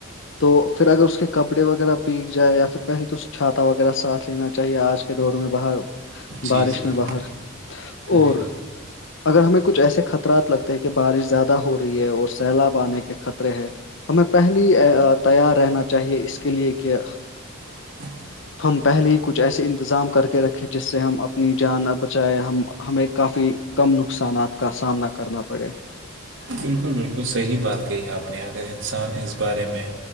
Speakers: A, on the left (about 60°); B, on the right (about 65°).
A: تو پھر اگر اس کے کپڑے وغیرہ بگ جائے یا پھر پہلے تو چھاتا وغیرہ ساتھ لینا چاہیے آج کل کے دور میں باہر بارش
B: جی جی
A: میں باہر اور
B: جی
A: اگر ہمیں کچھ ایسے خط رات لگتے ہیں کہ بارش زیادہ ہو رہی ہے اور سیلاب آنے کے خطرے ہے ہمیں پہلی تیار رہنا چاہیے اس کے لیے کہ
B: ہ <unintelligible>
A: ہم پہلے ہی کچھ ایسے انتظام کر کے رکھے جس سے ہم اپنی جان بچائے ہم ہمیں کافی کم نقصانات کا سامنا کرنا پڑے
B: بالکل بالکل صحیح بات کہی آپ نے اگر انسان اس بارے میں